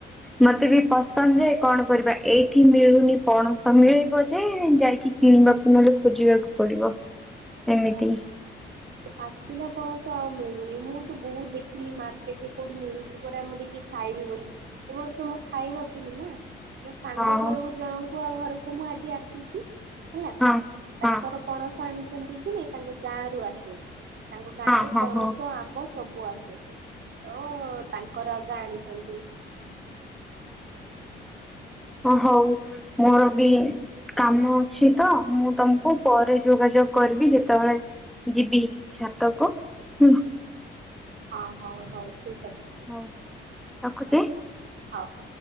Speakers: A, in the centre; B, on the right (about 65°).
A: ମତେ ବି ପସନ୍ଦ ଯେ କଣ କରିବା ଏଇଠି ମିଳୁନି ପଣସ ମିଳିବ ଯେ ଯାଇକି କିବାକୁ ନହେଲେ ଖୋଜିବାକୁ ପଡିବ। ଏମିତି
B: ଯାଇ ନି। ସେ ପାଚିଲା ପଣସ ଆଉ ମିଳୁନି। ମୁଁ ତ ବହୁତ ଦେଖିଲି ମାର୍କେଟ ରେ କୋଉଠି ମିଳୁଛି ପୁରା ମୁଁ ଟିକେ ଖାଇବି ବୋଲି ଏ ବର୍ଷ ମୁଁ ଖାଇ ନଥିଲି ନା। ମୋ ସାଙ୍ଗ
A: ହଁ
B: ଘରକୁ ଜଣଙ୍କୁ ଆ ଘରକୁ ମୁଁ ଆଜି ଆସିଛି ହେଲା।
A: ହଁ
B: ତାଙ୍କର
A: ହଁ
B: ପଣସ ଆଣିଛନ୍ତି କି ନାଇ ତାଙ୍କ ଗାଁ ରୁ ଆସେ ତାଙ୍କ ଗାଁରୁ
A: ହଁ ହଁ
B: ପଣସ
A: ହଁ।
B: ଆମ ବ ସବୁ ଆସେ ତ ତାଙ୍କର ଆଗା ଆଣିଛନ୍ତି।
A: ଓ ହଉ ମୋର ବି କାମ ଅଛି ତ ମୁଁ ତମକୁ ପରେ ଯୋଗାଯୋଗ କରିବି। ଯେତେବେଳେ ଯିବି ଛାତକୁ ହୁଁ।
B: ହଁ ହଉ ହେଉ ଠିକ୍ ଅଛି ଠିକ
A: ହଉ।
B: ଅଛି
A: ରଖୁଛି।
B: ହଉ ହଉ।